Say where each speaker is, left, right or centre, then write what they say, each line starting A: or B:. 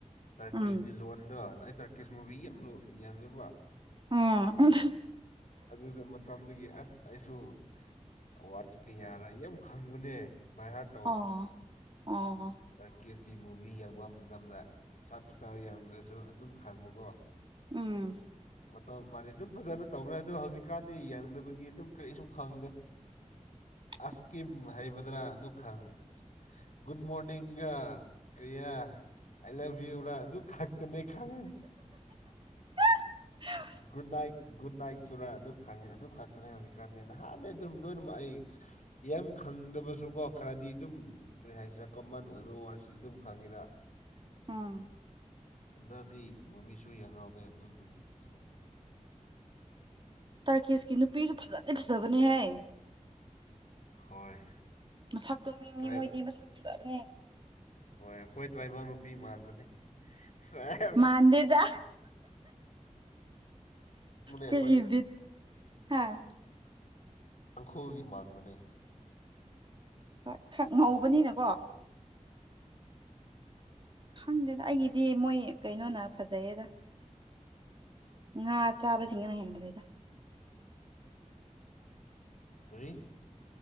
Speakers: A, on the left; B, on the right.
A: ꯇ꯭ꯔꯀꯤꯁꯀꯤ
B: ꯎꯝ
A: ꯂꯣꯟꯗꯣ ꯑꯩ ꯇ꯭ꯔ ꯀꯤꯁꯃꯨꯚꯤꯒꯤ <unintelligible> ꯌꯦꯡꯉꯦꯕ
B: <unintelligible>
A: ꯑꯗꯨꯗ ꯃꯇꯝꯗꯒꯤ ꯑꯁ ꯑꯩꯁꯨ ꯑꯦꯋ꯭ꯥꯔꯗꯁ ꯀꯌꯥꯔꯥ ꯌꯥꯝ ꯈꯪꯕꯅꯦ ꯕꯥꯏ ꯍꯥꯔꯠ
B: ꯑꯣ ꯑꯣ
A: ꯇ꯭ꯔꯀꯦꯁꯀꯤ ꯃꯨꯚꯤ ꯌꯦꯡꯕ ꯃꯇꯝꯗ ꯁꯞꯇꯥꯏꯇꯜ ꯌꯦꯡꯗ꯭ꯔꯁꯨ ꯑꯗꯨꯝ ꯈꯪꯕꯀꯣ
B: ꯎꯝ
A: ꯃꯇꯝ ꯃꯥꯅ ꯑꯗꯨꯝ ꯐꯖꯅ ꯇꯧꯔꯦ ꯑꯗꯣ ꯍꯧꯖꯤꯛꯀꯥꯟꯗꯤ ꯌꯦꯡꯗꯕꯒꯤ ꯑꯗꯨꯝ ꯀꯔꯤꯁꯨ ꯈꯪꯗꯦ
B: <inaudible>
A: ꯑꯁꯀꯤꯝ ꯍꯥꯏꯕꯗ꯭ꯔꯥ ꯑꯗꯨ ꯈꯪ ꯒꯨꯗ ꯃꯣꯔꯅꯤꯡ ꯒꯥ ꯀ꯭ꯔꯤꯌꯥ ꯑꯥꯏ ꯂꯥꯐ ꯌꯨꯨꯔꯥ ꯑꯗꯨ ꯈꯛꯇꯅꯦ ꯈꯪꯉꯦ
B: <unintelligible>
A: ꯒꯨꯗ ꯅꯥꯏꯠ ꯒꯨꯗ ꯅꯥꯏꯠ ꯆꯨꯔꯥ ꯑꯗꯨ ꯈꯪꯉꯤ ꯑꯗꯨ ꯈꯛꯇꯅꯤ ꯍꯧꯖꯤꯛꯀꯥꯟꯗꯤ ꯅꯍꯥꯟ ꯑꯗꯨꯝ ꯂꯣꯏꯅꯃꯛ ꯑꯩ ꯌꯥꯝ ꯈꯪꯗꯕꯁꯨꯀꯣ ꯈꯔꯗꯤ ꯑꯗꯨꯝ ꯀꯔꯤ ꯍꯥꯏꯁꯤꯔꯥ ꯀꯃꯟ ꯑꯣꯏꯕ ꯋ꯭ꯥꯔꯁꯤ ꯑꯗꯨꯝ ꯈꯪꯉꯤꯗ
B: ꯎꯝ
A: ꯍꯟꯗꯛꯗꯤ ꯃꯨꯕꯤꯁꯨ ꯌꯦꯡꯍꯥꯎꯗꯦ ꯑꯗꯨꯗꯤ ꯈꯪꯗꯦ
B: ꯇꯥꯔꯀꯤꯁꯀꯤ ꯅꯨꯄꯤꯁꯨ ꯐꯥꯖꯗꯤ ꯐꯖꯕꯅꯦꯍꯦ
A: ꯍꯣꯏ
B: ꯃꯁꯛꯇꯣ
A: ꯇ꯭ꯔꯥꯏ
B: ꯃꯤ <unintelligible> ꯃꯣꯏꯗꯤ ꯃꯁꯛ ꯐꯖꯕꯅꯦ
A: ꯍꯣꯏ ꯑꯩꯈꯣꯏ ꯇ꯭ꯔꯥꯏꯕꯦꯜ ꯅꯨꯄꯤ ꯃꯥꯟꯕꯅꯤ ꯁꯦꯁ ꯑꯁꯦꯡꯕꯅꯦ
B: ꯃꯥꯟꯗꯦꯗ ꯀꯔꯤ
A: ꯑꯩꯈꯣꯏ
B: ꯕꯤꯠ ꯍꯥꯥ
A: ꯇꯥꯡꯈꯨꯜꯒꯤ ꯃꯥꯟꯕꯅꯦ
B: ꯍꯣꯏ ꯈꯔ ꯉꯧꯕꯅꯤꯅꯀꯣ ꯈꯪꯗꯦꯗ ꯑꯩꯒꯤꯗꯤ ꯃꯣꯏ ꯀꯩꯅꯣꯅ ꯐꯖꯩꯌꯦꯗ ꯉꯥ ꯆꯥꯕꯁꯤꯡꯅ ꯍꯦꯟꯕꯅꯤꯗ
A: ꯀꯔꯤ